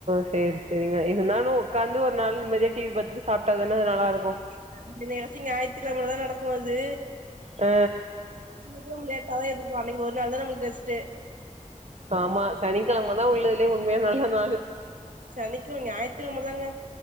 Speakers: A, on the right; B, on the right.
A: சேரி சேரிங்க இருந்தாலு ஒக்காந்து ஒரு நாள் நிம்மதியா டிவி பாத்துட்டு சாப்டா தான அது நல்லாருக்கு
B: <unintelligible> ஞாயித்து கிழமதா நடக்கு அது
A: அ
B: <unintelligible> கிழம லேட்டாதா எந்திருப்போ அன்னக்கி ஒரு நாள்தா நமக்கு ரெஸ்டே
A: ஆமா சனிக்கெழமதா உள்ளதுலியே உண்மையா நல்ல நாளு
B: சனிக்கெழ்ம ஞாயித்துகெழமதாங்க